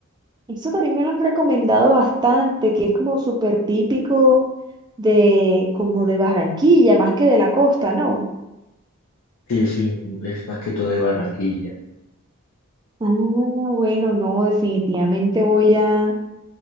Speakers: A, on the right; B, on the left.
A: Eso también me lo han recomendado bastante, que es como súper típico de como de Barranquilla, más que de la costa, ¿no?
B: Sí, sí, es más que todo de Barranquilla.
A: Ah, bueno, no, definitivamente voy a,